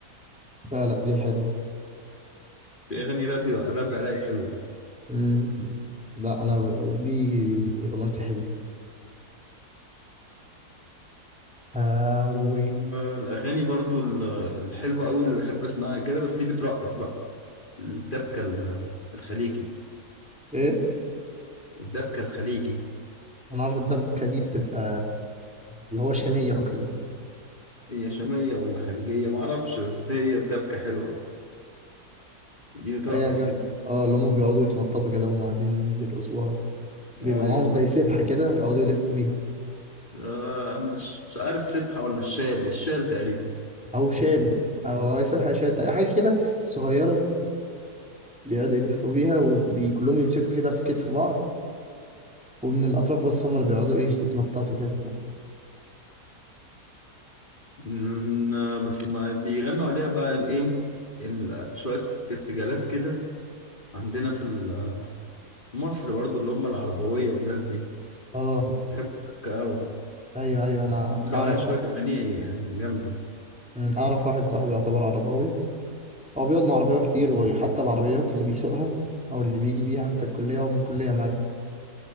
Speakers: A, in the centre; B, on the left.
A: لا لا دي حلوة
B: في اغاني راب راب عراقي حلو
A: مم. لا انا ب... دي رومانسي حلو هاوي
B: والاغاني برضو ال- الحلوه قوي اللي بحب اسمعها كده بس دي بترقص بقى الدبكه ال- الخليجي
A: ايه
B: الدبكه الخليجي
A: انا عارف الدبكة دي بتبقى اللي هو شامية اكتر
B: هي شاميه ولا خليجيه ما اعرفش بس هي الدبكه حلوه دي بترقص
A: هي جامدة
B: كده
A: اه اللي هم بيقعدوا يتنططوا كده وهم قاعدين يرقصوها بيبقى
B: ايوه
A: معاهم زي سبحة كده يقعدوا يلفوا بيها
B: آه مش مش عارف سبحة ولا الشال الشال تقريبا
A: او شال او سبحة شال حاجة كده صغيرة بيقعدوا يلفوا بيها وكلهم يمسكوا كده في كتف بعض ومن الأطراف بس هم اللي بيقعدوا إيه يتنططوا كده
B: مم، آه، بس ما بيغنوا عليها بقى الايه ال- شوية ارتجالات كده عندنا في ال- في مصر برضو اللي هم العربوية والناس دي
A: أه
B: بيحبوا الشبكة قوي
A: أيوه أيوه أنا
B: بيعملوا
A: أعرف
B: عليها شوية
A: واحد
B: أغاني يعني جامدة
A: أمم، أعرف واحد صاحبي يعتبر عرباوي هو بيقعد مع عربية كتير وحتى العربيات اللي بيسوقها أو اللي بيجي بيها حتى الكلية ومن الكلية معايا